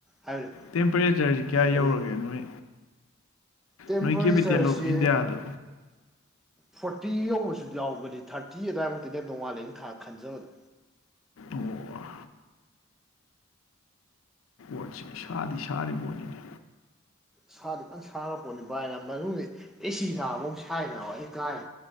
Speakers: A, in the centre; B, on the left.
A: ꯍꯥꯏꯕꯅꯦ
B: ꯇꯦꯝꯄꯔꯦꯆꯔꯁꯤ ꯀꯌꯥ ꯌꯧꯔꯒꯦ
A: ꯀꯔꯤ
B: ꯅꯣꯏ
A: ꯇꯦꯝꯄꯔꯦꯆꯔꯁꯤ
B: ꯅꯣꯏꯀꯤꯦꯕꯤꯤꯇꯦ ꯂꯣꯞ ꯏꯗ ꯑꯗ
A: ꯐꯣꯔꯇꯤ ꯌꯧꯕꯁꯨ ꯌꯥꯎꯕꯅꯤ ꯊꯥꯔꯇꯤ ꯑꯗꯨꯋꯥꯏꯃꯨꯛꯇꯤ ꯂꯦꯝ ꯅꯣꯡ ꯃꯥꯥꯜꯂꯦ ꯑꯩꯅ ꯊꯥ ꯈꯟꯖꯕꯗ
B: ꯑꯣ ꯣꯠꯁꯤ ꯁꯥꯗꯤ ꯁꯥꯔꯤꯕꯣꯅꯤꯅꯤ
A: ꯁꯥꯗꯨ ꯂ ꯁꯥꯡꯉ ꯄꯣꯠꯅꯤ ꯚꯥꯏꯅ ꯃꯅꯨꯡꯗ ꯑꯦꯁꯤ ꯁꯥꯕꯥꯎ ꯁꯥꯏꯅ ꯍ ꯑꯩ ꯀꯥꯏꯔꯦ